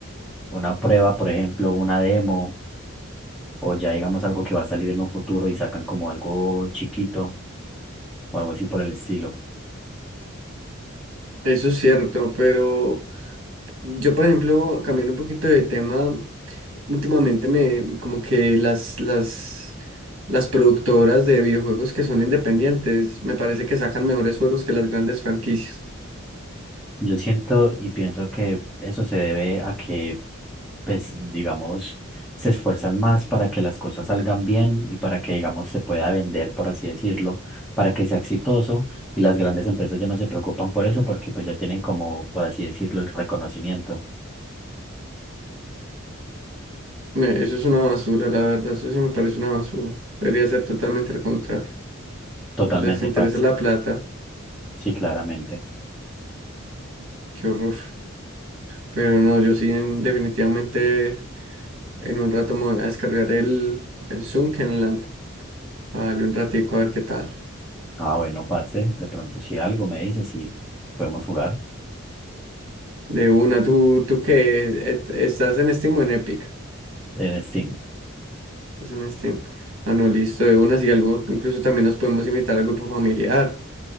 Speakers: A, in the centre; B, on the right (about 75°).
A: una prueba, por ejemplo, una demo o ya digamos algo que va a salir en un futuro y sacan como algo chiquito o algo así por el estilo.
B: Eso es cierto, pero yo, por ejemplo, cambiando un poquito de tema, últimamente me, como que las, las, las productoras de videojuegos que son independientes, me parece que sacan mejores juegos que las grandes franquicias.
A: Yo siento y pienso que eso se debe a que, pues, digamos, se esfuerzan más para que las cosas salgan bien y para que, digamos, se pueda vender, por así decirlo, para que sea exitoso y las grandes empresas ya no se preocupan por eso porque pues ya tienen como, por así decirlo, el reconocimiento.
B: Eh, Eso es una basura, la verdad, eso sí me parece una basura. Debería ser totalmente al contrario.
A: Totalmente,
B: Les
A: parce.
B: interesa la plata,
A: Sí, claramente.
B: qué horror. Pero no, yo sí en- definitivamente en un rato me voy a descargar el, el Land Vale, un ratico a ver qué tal.
A: Ah, bueno, parce, de pronto si algo me dices y podemos jugar
B: De una, tú, tú que estás en Steam o en Epic.
A: en Steam.
B: Estás en Steam. Ah, no, listo, de una, si algo, incluso también nos podemos invitar al grupo familiar